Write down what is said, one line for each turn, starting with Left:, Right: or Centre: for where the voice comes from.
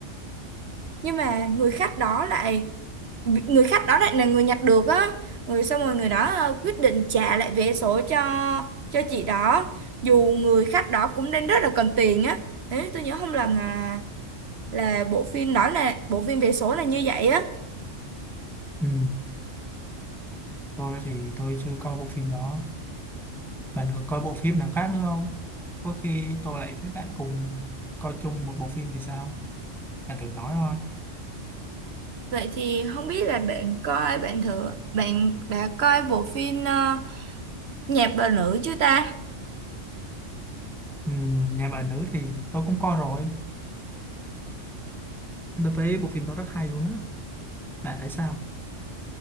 Right: nhưng mà người khách đó lại vị- người khách đó lại là người nhặt được á người xong rồi người đó ờ, quyết định trả lại vé số cho cho chị đó dù người khách đó cũng đang rất là cần tiền á nếu tôi nhớ không lầm là là bộ phim đó là bộ phim vé số là như vậy á
Centre: ừ. tôi thì tôi chưa coi bộ phim đó Bạn còn coi bộ phim nào khác nữa không? Có khi tôi lại với bạn cùng coi chung một bộ phim thì sao? Bạn thử nói thôi.
Right: vậy thì không biết là bạn coi bạn thử bạn đã coi bộ phim ờ, nhạc bà nữ chưa ta
Centre: Ừ, nhà bà nữ thì tôi cũng coi rồi. Tôi thấy bộ phim đó rất hay luôn á. Bạn thấy sao?